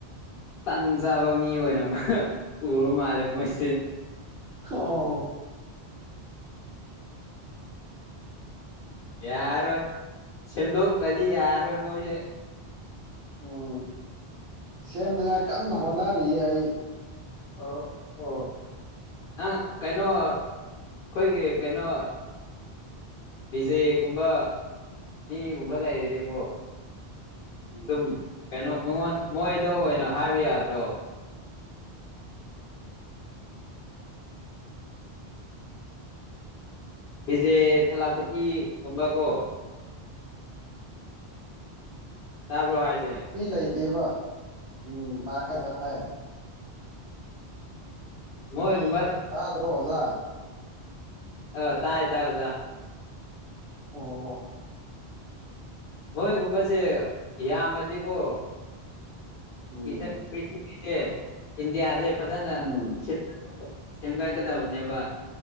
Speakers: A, on the left; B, on the right.
A: ꯇꯟ ꯆꯥꯕ ꯃꯤ ꯑꯣꯏꯅ ꯎꯔ ꯃꯥꯜꯂꯦ ꯃꯣꯏꯁꯦ
B: ꯍ ꯑꯣ
A: ꯌꯥꯔꯣꯏ ꯁꯦꯝꯗꯣꯛꯇ꯭ꯔꯗꯤ ꯌꯥꯔꯣꯏ ꯃꯣꯏꯁꯦ
B: ꯎꯝ ꯁꯦꯝꯅꯤꯉꯥꯏ ꯀꯟꯅ ꯍꯣꯠꯅꯔꯤ ꯑꯩ
A: ꯑ ꯑꯣ ꯅꯪ ꯀꯩꯅꯣ ꯑꯩꯈꯣꯏꯒꯤ ꯀꯩꯅꯣ ꯕꯤꯖꯦꯒꯨꯝꯕ ꯃꯤꯒꯨꯝꯕ ꯂꯩꯔꯗꯤꯀꯣ
B: ꯎꯝ
A: ꯑꯗꯨꯝ ꯀꯩꯅꯣ ꯃꯉꯣꯟ ꯃꯣꯏꯗ ꯑꯣꯏꯅ ꯍꯥꯏꯕ ꯌꯥꯗ꯭ꯔꯣ ꯐꯤꯖꯦ ꯊꯂꯥꯄꯇꯤꯒꯨꯝꯕ ꯀꯣ ꯇꯥꯕ꯭ꯔꯣ ꯍꯥꯏꯁꯦ
B: ꯃꯤ ꯂꯩꯇꯦꯕ ꯎꯝ ꯇꯥꯏꯌꯦ ꯇꯥꯏꯌꯦ
A: ꯃꯣꯏ ꯒꯨꯝꯕꯜ
B: ꯇꯥꯗ꯭ꯔꯣ ꯑꯣꯖꯥ
A: ꯑ ꯇꯥꯏ ꯇꯥꯏ ꯑꯣꯖꯥ
B: ꯑꯣ ꯑꯣ
A: ꯃꯣꯏꯒꯨꯝꯕꯁꯦ ꯌꯥꯝꯃꯗꯤꯀꯣ
B: ꯎꯝ
A: <unintelligible>
B: ꯎꯝ
A: ꯁꯦꯝꯒꯠꯀꯗꯕꯅꯦꯕꯥ